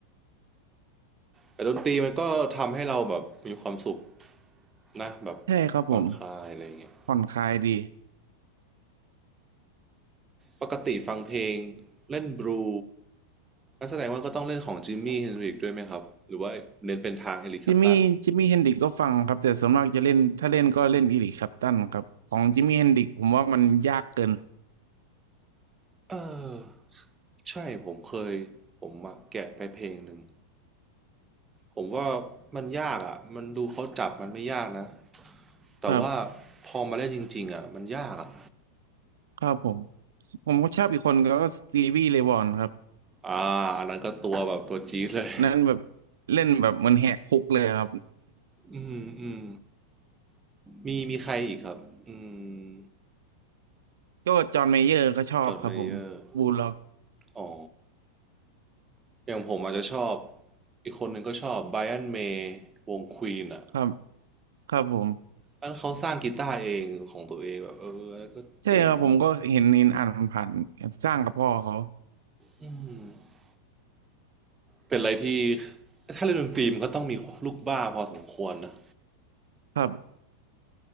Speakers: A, on the right; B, on the right.
A: แต่ดนตรีมันก็ทำให้เราแบบมีความสุขนะแบบ
B: ใช่ครับผม
A: ผ่อนคลายอะไรอย่างเงี้ย
B: ผ่อนคลายดี
A: ปกติฟังเพลงเล่นบลูงั้นแสดงว่าก็ต้องเล่นของจิมมี่เฮนริกด้วยไหมครับหรือว่าเน้นเป็นทางเอริกแคลปตัน
B: จิมมี่จิมมี่เฮนดริกก็ฟังครับแต่ส่วนมากจะเล่นถ้าเล่นก็เล่นอีริคแคลปตันครับของจิมมี่เฮนดริกผมว่ามันยากเกิน
A: เออใช่ผมเคยผมอะแกะไปเพลงหนึ่งผมว่ามันยากอ่ะมันดูเขาจับมันไม่ยากนะแต่ว่า
B: ครับ
A: พอมาเล่นจริงๆอ่ะมันยากอะ
B: ครับผมผมก็ชอบอีกคนก็สตีวีเลย์วอนครับ
A: อ่าอันนั้นก็ตัวแบบตัวจี๊ดเลย
B: นั้นแบบเล่นแบบเหมันแหกคุกเลยครับ
A: อืมอืมมีมีใครอีกครับอืม
B: <laughs> ก็จอห์นเมเยอร์ก็ชอบครับผมบูลล็อก
A: จอร์นเมเยอร์อ๋ออย่างผมอาจจะชอบอีกคนหนึ่งก็ชอบไบรอันเมย์วงควีนอ่ะ
B: ครับครับผม
A: อันเขาสร้างกีตาร์เองของตัวเองแบบเออแล้วก็เจ๋งมาก
B: ใช่ครับผมก็เห็นเห็นอ่านผ่านๆสร้างกับพ่อเขา
A: อืม เป็นอะไรที่ถ้าเล่นดนตรีมันก็ต้องมีลูกบ้าพอสมควรนะ
B: ครับ